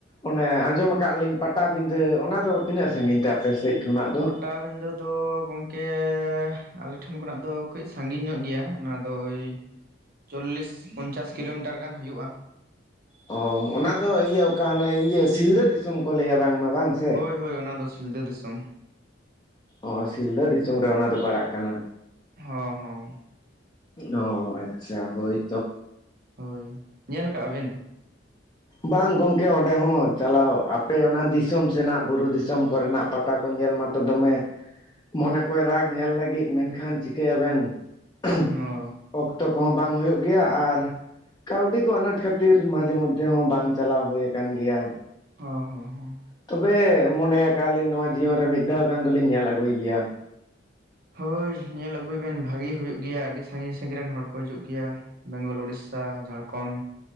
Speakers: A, on the left (about 20°); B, on the right (about 55°).
A: ᱚᱱᱮ ᱟᱸᱡᱚᱢ ᱟᱠᱟᱜ ᱞᱤᱧ ᱯᱟᱴᱟᱵᱤᱸᱫᱷᱟᱹ ᱚᱱᱟ ᱫᱚ ᱛᱤᱱᱟᱹᱜ ᱥᱟᱺᱜᱤᱧ ᱛᱮ ᱟᱯᱮ ᱥᱮᱡ ᱠᱷᱚᱱᱟᱜ ᱫᱚ?
B: ᱯᱟᱴᱟᱵᱤᱫᱷᱟᱹ ᱫᱚ ᱜᱚᱝᱠᱮᱻ ᱟᱞᱮ ᱴᱷᱮᱱ ᱠᱷᱚᱱᱟᱜ ᱫᱚ ᱠᱟᱹᱡ ᱥᱟᱺᱜᱤᱧ ᱧᱚᱜ ᱜᱮᱭᱟ᱾ ᱚᱱᱟ ᱫᱚ ᱳᱭ ᱪᱚᱞᱞᱤᱥ ᱯᱚᱧᱪᱟᱥ ᱠᱤᱞᱳᱢᱤᱴᱟᱨ ᱜᱟᱱ ᱦᱩᱭᱩᱜᱼᱟ᱾
A: ᱚ ᱚᱱᱟ ᱫᱚ ᱤᱭᱟᱹ ᱚᱠᱟ ᱦᱟᱱᱮ ᱤᱭᱟᱹ ᱥᱤᱞᱫᱟᱹ ᱫᱤᱥᱚᱢ ᱠᱚ ᱞᱟᱹᱭᱟ ᱵᱟᱝ ᱢᱟ ᱵᱟᱝ ᱥᱮ
B: ᱦᱳᱭ ᱦᱳᱭ ᱚᱱᱟ ᱫᱚ ᱥᱤᱞᱫᱟᱹ ᱫᱤᱥᱚᱢ᱾
A: ᱚ ᱥᱤᱞᱫᱟᱹ ᱫᱤᱥᱚᱢ ᱨᱮ ᱚᱱᱟ ᱫᱚ ᱯᱟᱲᱟᱜ ᱠᱟᱱᱟ᱾
B: ᱦᱚᱸ ᱦᱚᱸ
A: ᱚ ᱟᱪᱪᱷᱟ ᱦᱳᱭ
B: ᱦᱳᱭ ᱧᱮᱞ ᱠᱟᱜᱼᱟ ᱵᱮᱱ?
A: ᱵᱟᱝ ᱜᱚᱝᱠᱮ ᱚᱸᱰᱮ ᱦᱚᱸ ᱪᱟᱞᱟᱣ ᱟᱯᱮ ᱚᱱᱟ ᱫᱤᱥᱚᱢ ᱥᱮᱱᱟᱜ ᱵᱩᱨᱩ ᱫᱤᱥᱚᱢ ᱠᱚᱨᱮᱱᱟᱜ ᱯᱟᱛ ᱛᱟ ᱠᱚ ᱧᱮᱞ ᱢᱟᱛᱚ ᱫᱚᱢᱮ ᱢᱚᱱᱮ ᱠᱚᱭ ᱨᱟᱜᱽ ᱧᱮᱞ ᱞᱟᱹᱜᱤᱫ ᱢᱮᱱᱠᱷᱟᱱ ᱪᱤᱠᱟᱹᱭᱟᱵᱮᱱ ᱩᱸᱦᱩᱸ
B: ᱚ
A: ᱚᱠᱛᱚ ᱠᱚᱦᱚᱸ ᱵᱟᱝ ᱦᱩᱭᱩᱜ ᱜᱮᱭᱟ ᱟᱨ ᱠᱟᱹᱣᱰᱤ ᱠᱚ ᱟᱱᱟᱴ ᱠᱷᱟᱹᱛᱤᱨ ᱢᱟᱡᱷᱮ ᱢᱚᱫ ᱫᱮ ᱦᱚᱸ ᱵᱟᱝ ᱪᱟᱞᱟᱣ ᱦᱩᱭ ᱟᱠᱟᱱ ᱜᱮᱭᱟ᱾
B: ᱦᱚᱸ ᱦᱚᱸ᱾
A: ᱛᱚᱵᱮ ᱢᱚᱱᱮ ᱠᱟᱜᱼᱟ ᱠᱟᱜᱞᱤᱧ ᱱᱚᱣᱟ ᱡᱤᱭᱚᱱ ᱨᱮ ᱢᱤᱫ ᱫᱷᱟᱣ ᱜᱟᱱ ᱫᱚᱞᱤᱧ ᱧᱮᱞ ᱟᱹᱜᱩᱭ ᱜᱮᱭᱟ᱾
B: ᱦᱳᱭ ᱧᱮᱞ ᱟᱹᱜᱩᱭ ᱵᱮᱱ ᱵᱷᱟᱹᱜᱤ ᱦᱩᱭᱩᱜ ᱜᱮᱭᱟ ᱟᱹᱰᱤ ᱥᱟᱺᱜᱤᱧ ᱥᱟᱺᱜᱤᱧ ᱨᱮᱱ ᱦᱚᱲ ᱠᱚ ᱦᱤᱡᱩᱜ ᱜᱮᱭᱟ᱾ ᱵᱮᱝᱜᱚᱞ, ᱩᱲᱤᱥᱥᱷᱟ, ᱡᱷᱟᱲᱠᱷᱚᱱᱰ